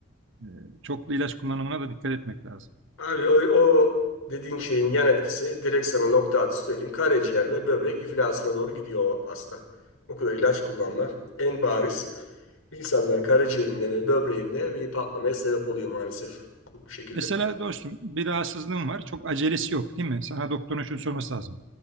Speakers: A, on the right; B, on the left.
A: E, çoklu ilaç kullanımına da dikkat etmek lazım.
B: Abi o, o dediğin şeyin yan etkisi direkt sana nokta atışı söyleyeyim. Karaciğer ve böbrek iflasına doğru gidiyor o hasta. O kadar ilaç kullanma en bariz insanların karaciğerinde ve böbreğinde bir patlamaya sebep oluyor maalesef. Bu şekilde.
A: Mesela dostum bir rahatsızlığın var. Çok acelesi yok değil mi? Sana doktorun şunu sorması lazım.